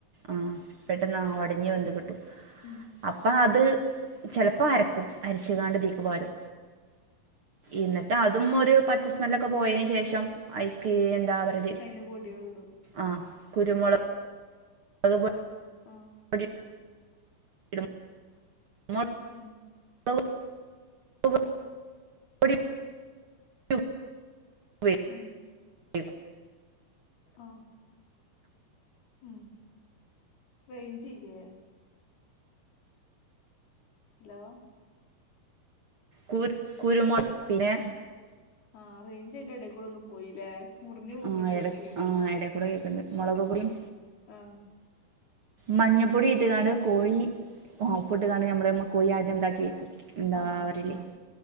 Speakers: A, on the right; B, on the left.
A: ആഹ് പെട്ടെന്ന് ആ ഉടഞ്ഞ് വെന്ത് കിട്ടും
B: ഉം
A: അപ്പ അത് ചിലപ്പോൾ അരക്കും അരിച്ചുകാണ്ട് ഇതീക്ക് പാരും എന്നിട്ട് അതും ഒരു പച്ചസ്മല്ലൊക്കെ പോയേനശേഷം ശേഷം അയിക്ക് എന്താ പറയല്
B: അയിന്റെ പൊടികളിടും
A: ആഹ് കുരുമൊള <unintelligible>
B: ആഹ് ആഹ്
A: പൊടി <unintelligible>
B: ഉം
A: <unintelligible> <unintelligible>
B: ഉം
A: <unintelligible>
B: ആഹ് ഉം റെയ്ഞ്ച് ഇല്ലേ ഹലോ
A: കുരു കുരുമുള പിന്നെ
B: ആഹ് റേഞ്ച് അയിന്റെ ഇടേക്കൂടെ ഒന്ന് പോയില്ലേ മുറിഞ്ഞ് മുറിഞ്ഞു
A: ആ
B: കേക്കായിന്ന്
A: എട ആ എടേക്കൂടെ കേൾക്കുന്നുണ്ട് മുളക് പൊടിയും
B: ആഹ്
A: മഞ്ഞപ്പൊടി ഇട്ട്കാണ്ട് കോഴി ഉപ്പട്ട് കണ്ട് നമ്മള് കോഴി ആദ്യം എന്താക്കി വെക്കും എന്താ
B: ആ
A: പറയല്